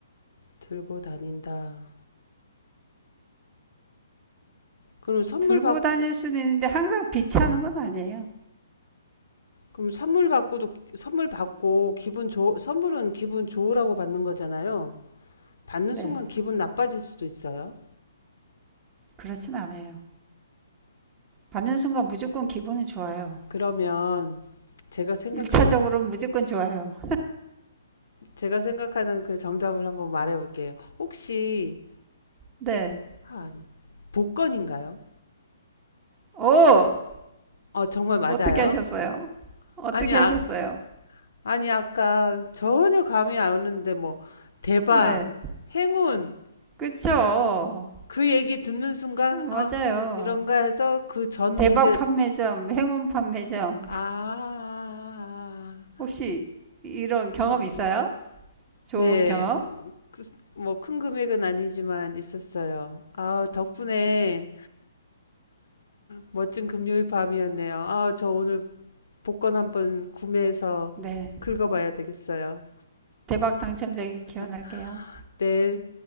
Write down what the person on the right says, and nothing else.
들고
다닐 수는 있는데 항상 비치하는 건 아니에요.
네.
그렇진 않아요. 받는 순간 무조건 기분은 좋아요.
일차적으로는 무조건 좋아요.
네.
오!
어떻게 하셨어요? 어떻게
하셨어요?
네.
그쵸.
맞아요.
대박
판매점, 행운 판매점.
혹시 이런 경험
있어요? 좋은
경험?
네.
대박 당첨되길 기원할게요.